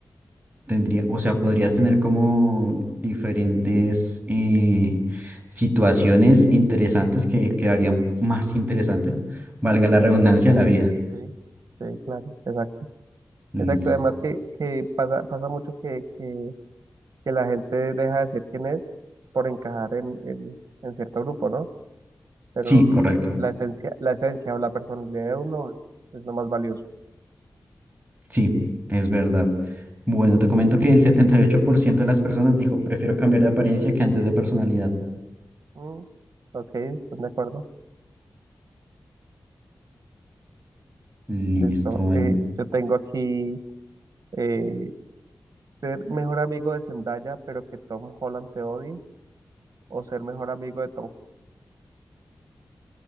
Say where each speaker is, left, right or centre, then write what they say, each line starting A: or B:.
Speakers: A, on the right (about 25°); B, on the right (about 80°).
A: tendría, o sea, podrías tener como diferentes eh, situaciones interesantes que quedarían más interesantes, valga la redundancia, la vida.
B: Sí, sí, claro, exacto.
A: Listo.
B: Exacto, además que, que pasa, pasa mucho que, que, que la gente deja de ser quien es por encajar en, en, en cierto grupo, ¿no? Pero
A: Sí,
B: mm,
A: correcto.
B: la esencia, la esencia o la personalidad de uno es, es lo más valioso.
A: Sí, es verdad. Bueno, te comento que el 78% de las personas dijo, prefiero cambiar de apariencia que antes de personalidad.
B: Mm, ok, ¿están de acuerdo?
A: Listo,
B: Listo.
A: bueno.
B: Eh, yo tengo aquí eh, ser mejor amigo de Zendaya, pero que Tom Holland te odie, o ser mejor amigo de